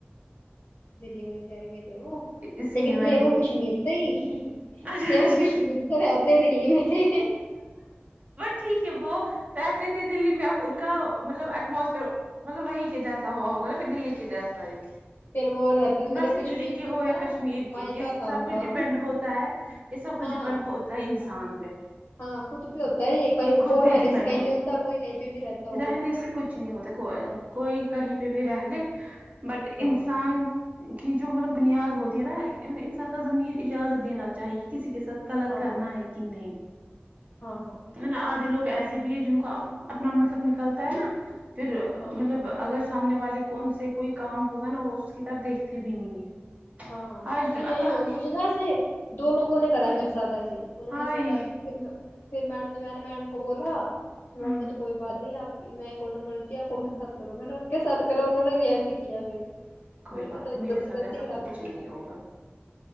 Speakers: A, on the left; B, on the right.
A: دلی والی سائڈ کے تھے وہ
B: اسی
A: لیکن
B: لیے میں
A: تھے
B: نے ب
A: وہ کشمیر سے ہی
B: اچھاش
A: تھے وہ کشمیر
B: بس
A: سے رہتے دلی میں تھے
B: ٹھیک ہے بو رہتے تھے دللیی میں اب ان کا مطلب ایٹموسفیئرطلب وہی کے جیسا ہوا ہوگا نا دلی کے جیسائی
A: پھر وہ رہتے مطلب
B: ویسے
A: کشمیر
B: دلی کے
A: میں ان
B: ہو
A: کا
B: یا کشمیر
A: مائکا
B: کے یہ
A: تھا
B: سب
A: ان
B: کچھ
A: کا
B: ڈیپینڈ ہوتا ہے یہ سب کچھ
A: ہاں
B: ڈیپینڈ ہوتا ہے انسان پہ
A: ہاں خود بھیہ ہوتا ہے یہ کہیں
B: خود
A: وہ
B: پہ
A: رہنے
B: ڈیپینڈ
A: سے کہیں
B: ہو
A: نہیں ہوتا کوئی کہیں پہ بھی رہتا ہو
B: رہنے سے کچھ نہیں ہوتا کو
A: ہاں
B: کوئی کہیں پہ بھی رہ لے بٹ
A: ہاں
B: انسان کی جو مطلب بنیاد ہوتی ہے نا انسان کا ضمیر اجازت دینا چاہیے کسی کے ساتھ غلط
A: ہاں
B: کرنا ہے کہ نہیں
A: ہاں ہاں
B: نا آدھے لوگ ایسے بھی ہے جن کو اپنا مطلب نکالتا ہے نا پھر مطلب
A: ہاں
B: اگر سامنے والے کون سے کوئی کام ہوگا نا وہ اس کی طرف دیکھتے بھی نہیں ہے
A: ہاںاں تو
B: آج
A: مجھے یہی
B: اللہ
A: ہوا مجھے نا ایسے دو لوگوں نے کراائے میرے ساتھ ایسے ہی انہوں
B: ہائے
A: نے اپنےھر پھر میم نے نے میم کو بولا میڈم
B: ہوں
A: تو کوئی بات نہیں آپ میں کو نم مرتی آپ ان کے سات کرو میں نے ان کے ساتھ کرا انہوں نے بھی ایسے کیا پھر
B: کوئی
A: مرے
B: بات
A: تو تو
B: نہیں میرے
A: دس کے
B: ساتھ
A: دس
B: ایسا
A: ہی خراب
B: کچھ
A: ہو گئی
B: نہیں ہوگا